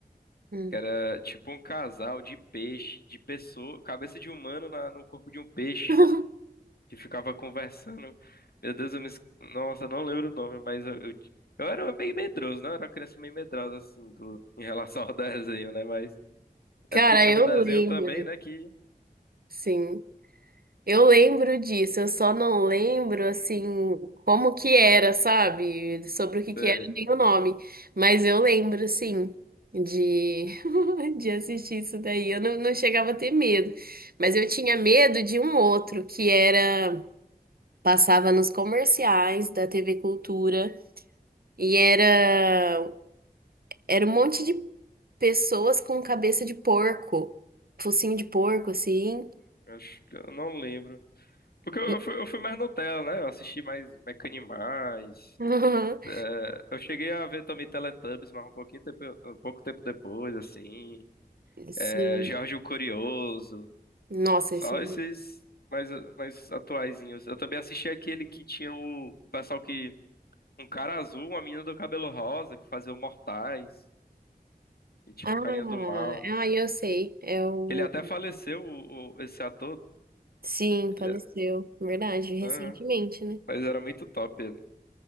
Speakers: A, on the right (about 70°); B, on the left (about 75°).
A: Hum.
B: que era tipo um casal de peixe, de pessoa... Cabeça de humano na- no corpo de um peixe.
A: <laughs>
B: que ficava conversando. Meu Deus, eu me... es- Nossa, eu não lembro o nome, mas eu, eu, ti- eu era meio medroso, né? Eu era uma criança meio medrosa, assim, do... em relação ao <laughs> desenho, né? Mas
A: Cara,
B: é porque tinha
A: eu
B: um desenho
A: lembro.
B: também, né? Que.
A: Sim. Eu lembro disso, eu só não lembro assim como que era, sabe? Sobre o que que
B: É,
A: era nem o nome, mas eu lembro assim de <laughs> de assistir isso daí. Eu não, não chegava a ter medo, mas eu tinha medo de um outro que era passava nos comerciais da TV Cultura e era era um monte de pessoas com cabeça de porco, focinho de porco assim.
B: acho que eu não lembro. Porque eu,
A: E-
B: eu fui, eu fui mais Nutella, né? Eu assisti mais Mecanimais.
A: <laughs>
B: É, eu cheguei a ver também Teletubbies, mas um pouquinho tempo, um pouco tempo depois, assim.
A: Sim.
B: É, Jorge o Curioso.
A: Nossa,
B: Só
A: esse é
B: esses mais, mais atuaizinhos. Eu também assisti aquele que tinha o, o pessoal que. Um cara azul, uma menina do cabelo rosa, que fazia o Mortais. E tinha
A: Ah,
B: o carinha do mal.
A: ah, eu sei. É o.
B: Ele até faleceu, o, o- esse ator.
A: Sim, faleceu.
B: Ele,
A: Verdade, recentemente,
B: Aham.
A: né?
B: Mas era muito top ele.